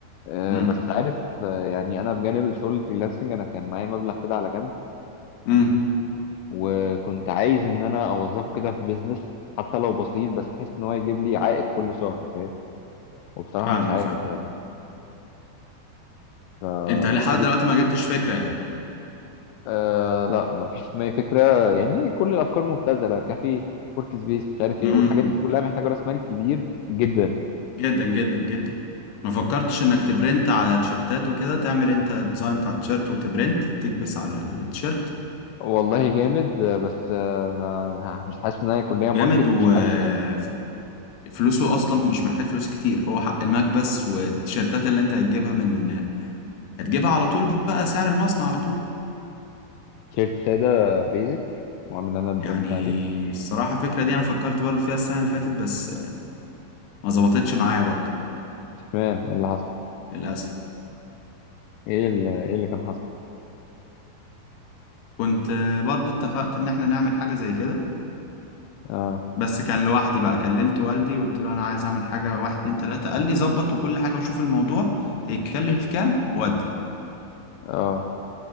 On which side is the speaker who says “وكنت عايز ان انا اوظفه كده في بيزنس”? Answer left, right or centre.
Left